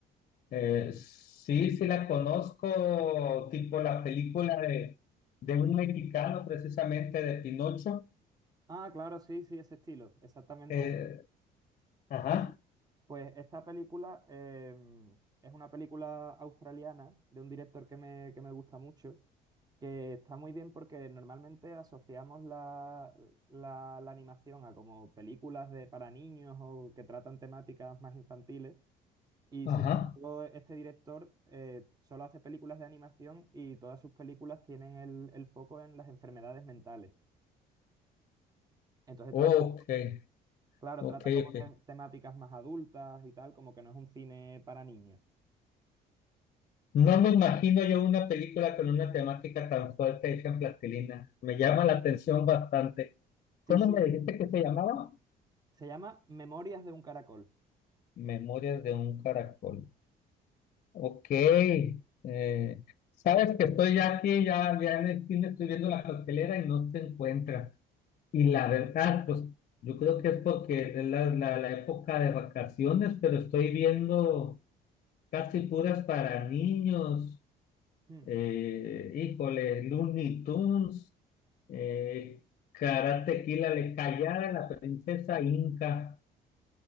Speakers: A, on the left; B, on the right.
A: Eh, sí, sí la conozco, tipo la película de, de un mexicano, precisamente de Pinocho.
B: Ah, claro, sí, sí, ese estilo, exactamente.
A: Eh, ajá.
B: Sí, sí. Pues esta película eh, es una película australiana de un director que me, que me gusta mucho, que está muy bien porque normalmente asociamos la, la, la animación a como películas de, para niños o que tratan temáticas más infantiles. Y
A: Ajá.
B: sin embargo, este director eh, solo hace películas de animación y todas sus películas tienen el, el foco en las enfermedades mentales. Entonces
A: Ok,
B: trata, claro,
A: ok,
B: trata como
A: ok.
B: tem- temáticas más adultas y tal, como que no es un cine para niños.
A: No me imagino yo una película con una temática tan fuerte hecha en plastilina. Me llama la atención bastante. ¿Cómo
B: Sí, sí,
A: me dijiste que se llamaba?
B: Se llama Memorias de un caracol.
A: Memorias de un caracol. Ok. eh, sabes que estoy ya aquí, ya, ya en el cine estoy viendo la cartelera y no se encuentra. Y la verdad, pues yo creo que es porque es la, la, la época de vacaciones, pero estoy viendo casi puras para niños.
B: Mm.
A: eh, híjole, Looney Tunes, eh, Karate Kid, la callada, la princesa Inca,